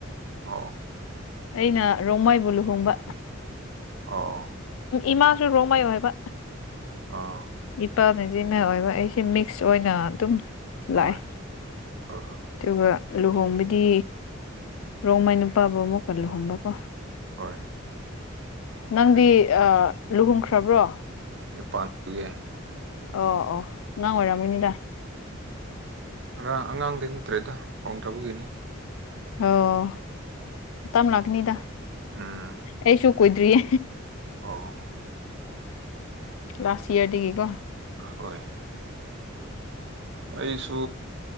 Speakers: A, on the right; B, on the left.
A: ꯑꯣ
B: ꯑꯩꯅ ꯔꯣꯡꯃꯥꯏꯕꯨ ꯂꯨꯍꯣꯡꯕ
A: ꯑꯣ
B: ꯏꯃꯥꯁꯨ ꯔꯣꯃꯥꯏꯌꯣ ꯍꯥꯏꯕ
A: ꯑꯥ
B: ꯏꯄꯥꯅ ꯖꯦꯃꯦ ꯑꯣꯏꯕ ꯑꯩꯁꯦ ꯃꯤꯛꯁ ꯑꯣꯏꯅ ꯑꯗꯨꯝ
A: ꯍꯣꯏ
B: ꯂꯥꯑꯦ
A: ꯍꯣꯏ ꯍꯣꯏ
B: ꯇꯨꯒ ꯂꯨꯍꯣꯡꯕꯗꯤ ꯔꯣꯡꯃꯥꯏ ꯅꯨꯄꯥꯕꯨ ꯑꯃꯨꯛꯀ ꯂꯨꯍꯣꯡꯕꯀꯣ
A: ꯍꯣꯏ
B: ꯅꯪꯗꯤ
A: ꯐꯩꯌꯦ
B: ꯂꯨꯍꯣꯡꯈ꯭ꯔꯕ꯭ꯔꯣ
A: ꯅꯦꯄꯥꯟ <unintelligible>
B: ꯑꯣ ꯑꯣ ꯅꯪ ꯑꯣꯏꯔꯝꯅꯤꯗ
A: ꯑꯔꯥꯡ ꯑꯉꯥꯡꯗꯤ ꯅꯠꯇ꯭ꯔꯦꯗ ꯍꯣꯡꯗꯕꯒꯤꯅꯤ
B: ꯑꯣ ꯇꯞ ꯂꯥꯛꯀꯅꯤꯗ
A: ꯎꯝ
B: ꯑꯩꯁꯨ ꯀꯨꯏꯗ꯭ꯔꯤꯌꯦ
A: ꯑꯣ
B: ꯂꯥꯁ ꯏꯌꯥꯔꯗꯒꯤꯀꯣ
A: ꯍꯣꯏ ꯑꯩꯁꯨ